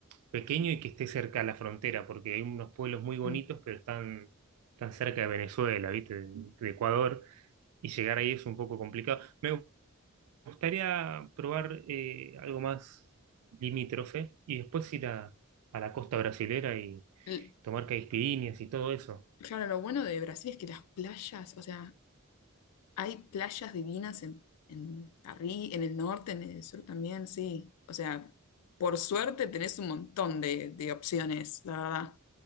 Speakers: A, on the right (about 70°); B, on the left (about 80°).
A: pequeño y que esté cerca a la frontera, porque hay unos pueblos muy bonitos,
B: Mm.
A: pero están, tan cerca de Venezuela, ¿viste? De, de Ecuador, y llegar ahí es un poco complicado. Me gustaría probar eh, algo más limítrofe y después ir a, a la costa brasilera y
B: L-
A: tomar caipirinhas y todo eso.
B: Claro, lo bueno de Brasil es que las playas, o sea, Hay playas divinas en, en, arri- en el norte, en el sur también, sí. O sea, por suerte tenés un montón de, de opciones, la verdad.